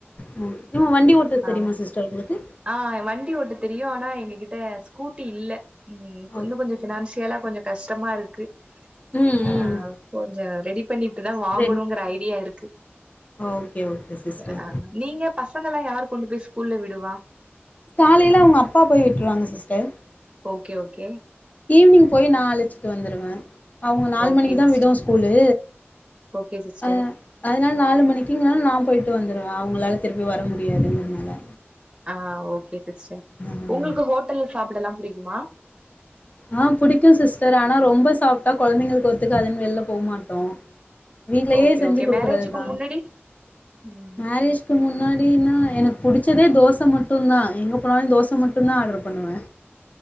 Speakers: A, on the left; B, on the right.
A: ஆ இவுங்க வண்டி ஓட்ட
B: ஆ
A: தெரியுமா சிஸ்டர் உங்களுக்கு
B: ஆ வண்டி ஓட்ட தெரியு ஆனா எங்ககிட்ட ஸ்கூட்டி இல்ல ம்
A: ஓகே
B: இன்னு கொஞ்சோ பினான்சியலா கொஞ்சோ கஷ்டமா இருக்கு
A: ம்
B: ஆ
A: ம்
B: கொஞ்ச ரெடி பண்ணிட்டு தா வாங்கணுங்கிற
A: ரெடி
B: ஐடியா இருக்கு
A: ஓகே ஓகே சிஸ்டர்
B: ஆ நீங்க பசங்கள யாரு கொண்டு போயி ஸ்கூல்ல விடுவா
A: காலேல அவங்க அப்பா போயி விட்டுருவாங்க சிஸ்டர்
B: ஓகே ஓகே
A: ஈவினிங் போயி நா அழைச்சிட்டு வந்துருவே அவுங்க நாலு
B: ஓகே
A: மணிக்குதா
B: சிஸ்டர்
A: விடு ஸ்கூலு
B: ஓகே சிஸ்டர்
A: அ அதனால நாலு மணிக்குங்னால நா போயி்ட்டு வந்துருவே அவங்களால திரிப்பி வர முடியாதுங்கிறதுனால
B: ஆ ஓகே சிஸ்டர்
A: ம்.
B: உங்களுக்கு ஹோட்டல்ல சாப்டலா பிடிக்குமா
A: ஆ புடிக்கு சிஸ்டர் ஆனா ரொம்ப சாப்டா கொழந்தைங்களுக்கு ஒத்துக்காதுன்னு வெளில போமாட்டோ வீட்லயே
B: ஓகே
A: செஞ்சி
B: ஓகே
A: குடுக்குறது
B: மேரேஜுக்கு
A: தா
B: முன்னாடி ம்
A: மேரேஜ் கு முன்னாடின்னா எனக்கு புடிச்சதே தோச மட்டுந்தா எங்க போனாலு தோச மட்டுந்தா ஆடர் பண்ணுவே